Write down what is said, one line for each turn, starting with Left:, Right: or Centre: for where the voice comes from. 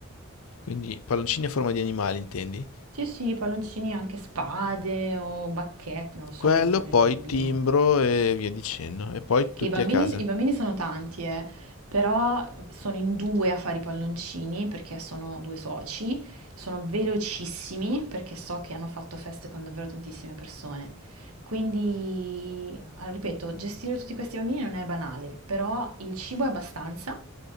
Left: quindi palloncini a forma di animali, intendi?
Right: Sì, sì, palloncini anche spade o bacchette, non lo so
Left: Quello,
Right: quello che vogliono
Left: poi
Right: i bambini.
Left: timbro e via dicendo. E poi
Right: che
Left: tutti
Right: i bambini,
Left: a casa.
Right: i bambini sono tanti, eh, però sono in due a fare i palloncini perché sono due soci, sono velocissimi perché so che hanno fatto feste con davvero tantissime persone. Quindi, ah, ripeto, gestire tutti questi bambini non è banale, però il cibo è abbastanza,